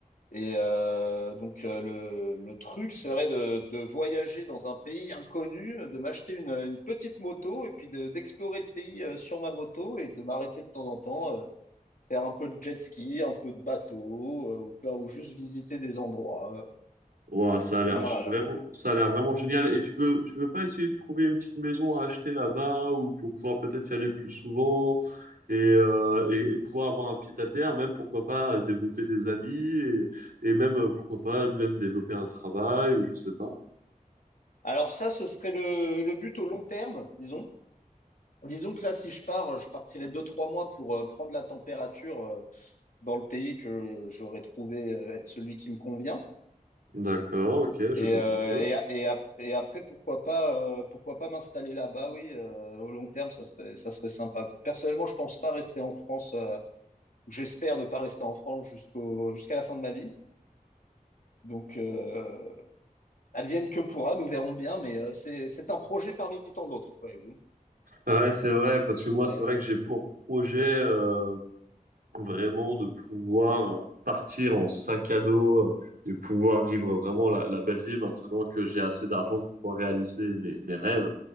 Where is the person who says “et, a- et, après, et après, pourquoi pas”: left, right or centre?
Left